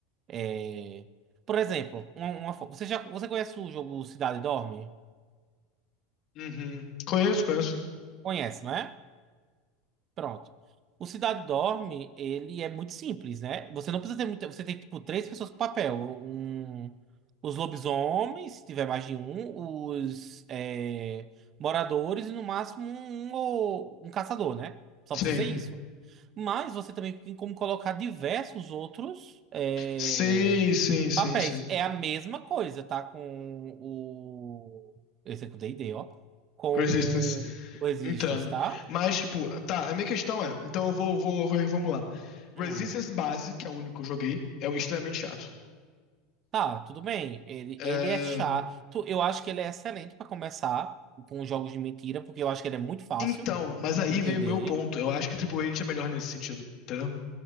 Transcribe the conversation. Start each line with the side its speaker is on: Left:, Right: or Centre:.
Right: é, Por exemplo, uma, uma fo- você já você conhece o jogo Cidade Dorme?
Left: Uhum. Conheço, conheço.
Right: Conhece, não é? Pronto. O Cidade Dorme, ele é muito simples, né? Você não precisa ter muita. Você tem, tipo, três pessoas com papel. Um, os lobisomens, se tiver mais de um, os é, moradores e no máximo um, ou- um caçador, né? Só
Left: Sim.
Right: precisa ser isso. Mas você também tem como colocar diversos outros é,
Left: Sim, sim, sim,
Right: papéis.
Left: sim.
Right: É a mesma coisa, tá? Com o. Esse aqui é o D&D, ó. Com
Left: Resistance.
Right: o Resistance,
Left: Entendo.
Right: tá?
Left: Mas, tipo, tá, a minha questão é. Então eu vou, vou, vou reformular. Resistance
Right: Hum.
Left: base, que é o único que eu joguei, é o extremamente chato.
Right: Tá, tudo bem. Ele,
Left: É,
Right: ele é chato. Eu acho que ele é excelente pra começar com os jogos de mentira, porque eu acho que ele é muito fácil
Left: Então, mas aí
Right: de entender.
Left: vem o meu ponto. Eu acho que Triple H é melhor nesse sentido, entendeu?